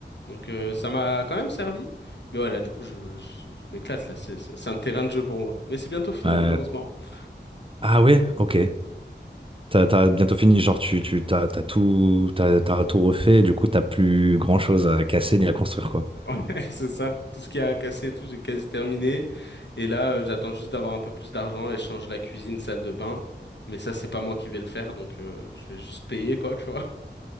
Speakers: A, on the left; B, on the right.
A: Donc euh, ça m'a quand même servi. Mais voilà, du coup, je, je, je m'éclate là. C'est c'est- c'est un terrain de jeu pour moi. Mais c'est bientôt fini,
B: Euh,
A: malheureusement. <laughs>
B: ah ouais, ok. T'as, t'as bientôt fini, genre, tu, tu, t'as, t'as tout, t'as, t'as tout refait, du coup, t'as plus grand chose à casser ni à construire, quoi.
A: Ouais, c'est ça. Tout ce qui a cassé, et tout, j'ai quasi terminé. Et là, euh, j'attends juste d'avoir un peu plus d'argent et changer la cuisine, salle de bain. Mais ça, c'est pas moi qui vais le faire. Donc euh, je vais juste payer, quoi, tu vois.